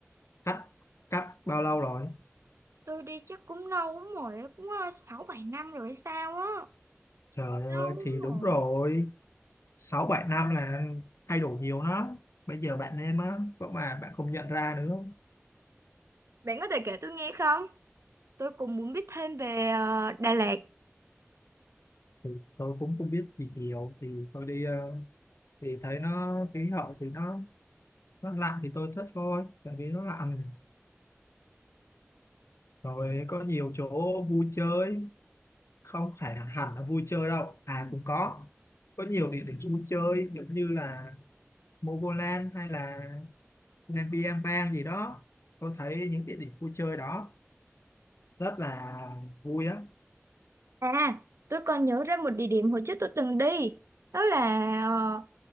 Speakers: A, on the left; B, on the right.
A: cách cách bao lâu rồi
B: tôi đi chắc cũng lâu lắm rồi á, cũng ờ, sáu bảy năm rồi hay sao á
A: trời ơi
B: lâu lắm
A: thì
B: rồi
A: đúng rồi sáu bảy năm là thay đổi nhiều lắm bây giờ bạn em á có mà bạn không nhận ra nữa
B: bạn có thể kể tôi nghe không tôi cũng muốn biết thêm về ờ, Đà Lạt
A: thì tôi cũng không biết gì nhiều thì tôi đi ờ, thì thấy nó khí hậu thì nó nó lạnh thì tôi thích thôi tại vì nó lạnh rồi có nhiều chỗ vui chơi không phải là hẳn là vui chơi đâu à cũng có có nhiều địa điểm vui chơi giống như là Mogoland hay là nên đi bang gì đó tôi thấy những địa điểm vui chơi đó rất là vui á
B: à tôi còn nhớ ra một địa điểm hồi trước tôi từng đi đó là ờ,